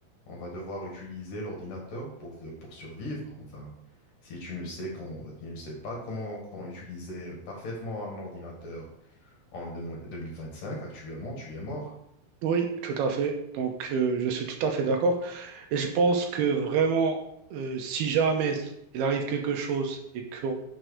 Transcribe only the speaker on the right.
oui, tout à fait. Donc, euh, je suis tout à fait d'accord. Et je pense que vraiment, euh, si jamais il arrive quelque chose et que